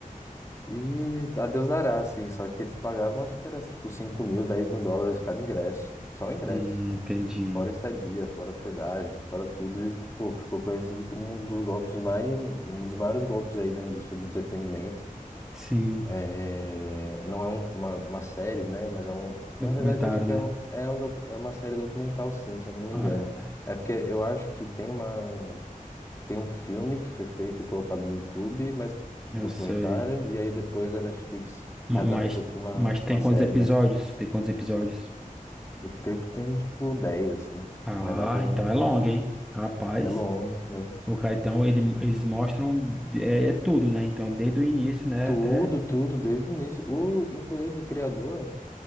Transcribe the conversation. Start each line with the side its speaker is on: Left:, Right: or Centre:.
Left: e a Deus dará, assim, só que eles pagavam, acho que era tipo cinco mil, dez mil dólares cada ingresso, só o ingresso,
Centre: Hum, entendi.
Left: fora estadia, fora hospedagem, fora tudo, e pô, ficou conhecido como um dos golpes mais, um dos maiores golpes aí da indústria do entretenimento.
Centre: Sim,
Left: É, não é um- uma, uma série, né, mas é um,
Centre: documentário,
Left: na verdade acho que
Centre: né?
Left: é, um, é, um docu- é uma série documental sim, se eu não me
Centre: Ah,
Left: engano. É porque eu acho que tem uma tem um filme que foi feito e colocado no YouTube, mas tipo,
Centre: eu
Left: documentário,
Centre: sei.
Left: e aí depois a Netflix
Centre: Ma-
Left: readaptou
Centre: Mas,
Left: para uma,
Centre: mas tem
Left: uma
Centre: quantos
Left: série,
Centre: episódios?
Left: né?
Centre: Tem quantos episódios?
Left: Eu creio que tem tipo 10 assim.
Centre: Ah,
Left: Não é nada.
Centre: então é longo, hein? Rapaz.
Left: É longo, mas.
Centre: O cara, então, ele, eles mostram é, é tudo, né? Então, desde o início, né,
Left: Tudo,
Centre: até.
Left: tudo, desde o início. O, inclusive, o criador,